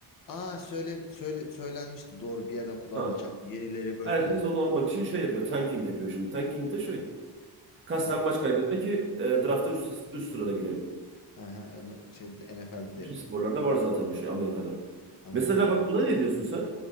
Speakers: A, on the left; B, on the right.
A: Aa söyle söyle söylenmişti doğru bir yerden kulağıma
B: Ha.
A: çaldı. Yeni Larry Bird
B: Herkes
A: geliyor.
B: onu
A: diye.
B: almak için şey yapıyor. Tanking yapıyor şimdi. Tanking de şey. Kasten
A: Pat.
B: maç kaybetme ki e, drafta üst, üst sırada girelim.
A: Aha, onu şeyde de, NFL'de de
B: Bütün
A: yapıyorlar.
B: sporlarda var zaten o şey Amerika'da.
A: Amerika'da
B: Mesela bak
A: var.
B: buna ne diyorsun sen?